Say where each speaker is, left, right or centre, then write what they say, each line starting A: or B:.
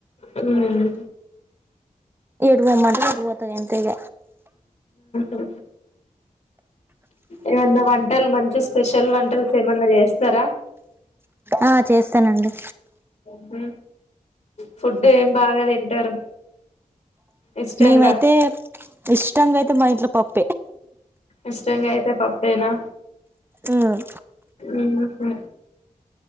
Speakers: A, on the left; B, on the right.
A: ఉమ్
B: ఇడు పొమ్మంటే పోతనంతే ఇగ
A: ఉహు ఏమన్నా వంటలు మంచి స్పెషల్ వంటలస్ ఏమన్నా చేస్తారా
B: ఆ చేస్తానండి
A: ఉహు ఫుడ్ ఏం బాగా తింటారు ఇష్టంగా
B: మేమైతే ఇష్టంగా అయితే మా ఇంట్లో పప్
A: ఇష్టంగా అయితే పప్పేనా
B: ఉమ్
A: ఉహు